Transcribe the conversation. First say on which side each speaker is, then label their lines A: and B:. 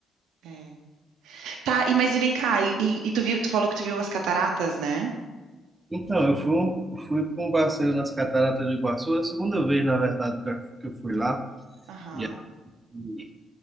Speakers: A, on the right; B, on the right.
A: É. Tá, e mas e vem cá, e, e- e tu viu, tu falou que tu viu as cataratas, né?
B: Então, eu fui, um- eu fui para um passeio nas Cataratas do Iguaçu, a segunda vez, na verdade, que eu que eu fui lá.
A: Aham.
B: E, e